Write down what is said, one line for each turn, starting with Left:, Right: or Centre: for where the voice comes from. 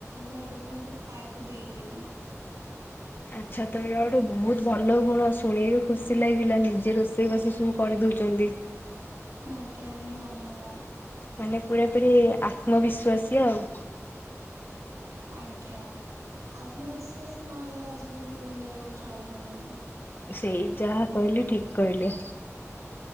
Right: ଘର ଲୋକଙ୍କୁ ଖାଇବାକୁ ଦେଇଦେବି।
Left: ଆଚ୍ଛା ତ ଗୋଟେ ବହୁତ ଭଲ ଗୁଣ ଶୁଣିକି ଖୁସି ଲାଗିଲା ନିଜେ ରୋଷେଇ ବସେଇ ସବୁ କରିଦଉଛନ୍ତି।
Right: ଆଜ୍ଞା ଧନ୍ୟବାଦ।
Left: ମାନେ ପୁରା ପୁରି ଆତ୍ମବିଶ୍ୱାସୀ ଆଉ
Right: ଆଜ୍ଞା ଆତ୍ମବିଶ୍ୱାସୀ ନହେଲେ ଆଜିକାଲି ଦୁନିଆରେ ଆଉ ଚଳି ହବନି।
Left: ସେଇ ଯାହା କହିଲେ ଠିକ କହିଲେ।